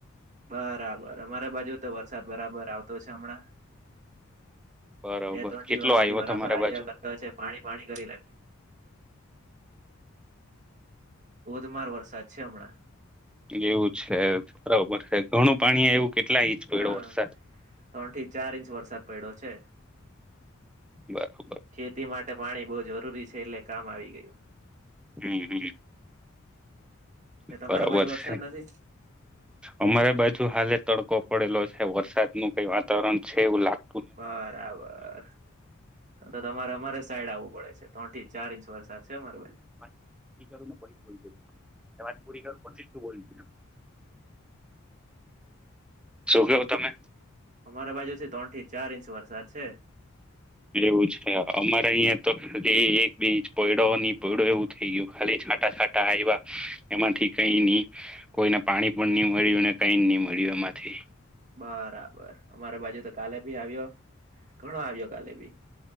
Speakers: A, on the right; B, in the centre.
A: બરાબર અમારા બાજુ તો વરસાદ બરાબર આવતો છે હમણાં.
B: બરોબર
A: બે-ત્રણ દિવસથી
B: કેટલો આવ્યો
A: બરાબર
B: તમારા
A: આવીયા
B: બાજુ
A: કરતો છે પાણી પાણી કરી નાખ્યું. ધોધમાર વરસાદ છે અમણાં.
B: એવું છે. બરોબર છે ઘણું પાણી આયવુ કેટલા ઇચ? પયડો
A: હા
B: વરસાદ.
A: ત્રણ થી ચાર ઇંચ વરસાદ પડ્યો છે,
B: બરોબર
A: ખેતી માટે પાણી બો જરૂરી છે એટલે કામ આવી ગયું.
B: હમ હમ.
A: એટલે તમારા
B: બરાબર
A: બાજુ વરસાદ
B: છે,
A: નથી
B: અમારે બાજુ હાલે તડકો પડેલો છે વરસાદ નું કઈ વાતાવરણ છે એવું લાગ
A: બરાબર, તો તમારે અમારે સાઈડ આવું પડે છે ત્રણથી ચાર ઇંચ વરસાદ છે અમા
B: હા, ઈ કરું પછી જ બોલ જે. <unintelligible> મેં વાત પુરી કરું પછી જ તું બોલ જે. <unintelligible> શું કેવ તમે?
A: મારા બાજુ થી ત્રણ થી ચાર ઇંચ વરસાદ છે
B: એવું છે અમારે અહિયાં તો ખાલી એક બે ઇંચ પયડો ની પયડો એવું થઈ ગયું, ખાલી છાંટા છાંટા આયવા એમાંથી કઈ ની કોઈને પાણી પણ ની મળ્યું ને કઈ ની મળ્યું એમાંથી
A: બરાબર, અમારે બાજુ તો કાલે ભી આવ્યો ઘણો આવ્યો કાલે ભી